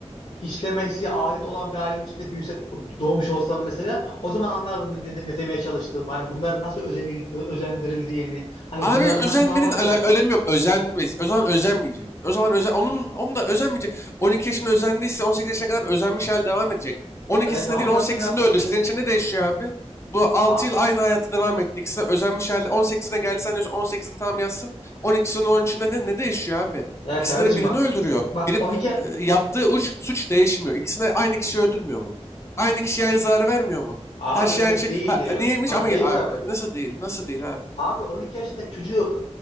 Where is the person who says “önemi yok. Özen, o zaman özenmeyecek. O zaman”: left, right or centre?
Left